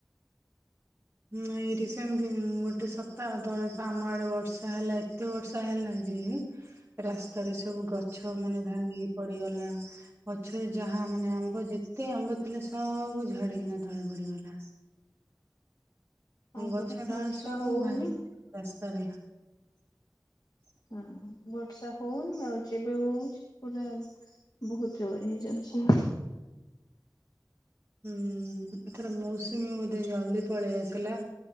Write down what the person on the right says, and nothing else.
ନାଇଁ ରିସେଣ୍ଟ ଗୋଟେ ସପ୍ତାହ ତଳେ ତ ଆମ ଆଡେ ବର୍ଷା ହେଲା ଏତେ ବର୍ଷା ହେଲା ଯେ ରାସ୍ତାରେ ସବୁ ଗଛ ମାନେ ଭାଙ୍ଗିକି ପଡିଗଲା। ଗଛରେ ଯାହା ମାନେ ଆମ୍ବ ଯେତେ ଆମ୍ବ ଥିଲା ସବୁ ଝଡିକିନା ତଳେ ପଡିଗଲା।
ଗଛ
ଡାଳ
ସବୁ
ଭାଙ୍ଗି ତରେ। <inaudible>
ହୁଁ ଏଥର ମୌସୁମୀ ବୋଧେ ଜଲ୍ଦି ପଳେଇ ଆସିଲା